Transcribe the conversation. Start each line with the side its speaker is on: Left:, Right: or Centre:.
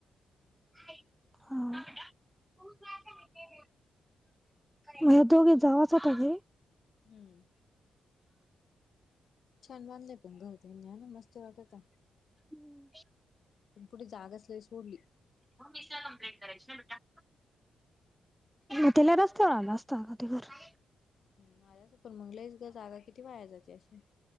Centre: ह <inaudible> म दोघे जावाचटे <inaudible>
Left: हम्म. छान बांधलेय पण घऊते न ना मस्त वाटत.
Centre: हम्म.
Left: पुढे जागाच लय सोडली.
Centre: मग मीसला कंप्लेंट करायच ना बेटा. म त्याला रस्त होणार रस्ता कधी घर. <inaudible>
Left: माझाच पण मंगलस ग जागा किती वा्हायाय जाते अशी.